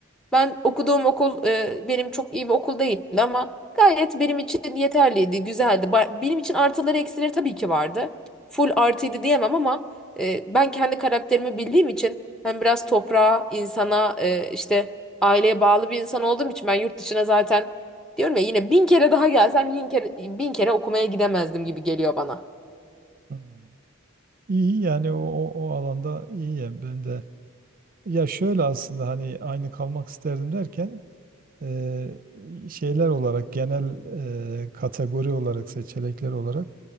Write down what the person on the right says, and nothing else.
Hmm. İyi yani o, o, o alanda iyiyim ben de. Ya şöyle aslında hani aynı kalmak isterdim derken e, şeyler olarak genel e, kategori olarak seçenekler olarak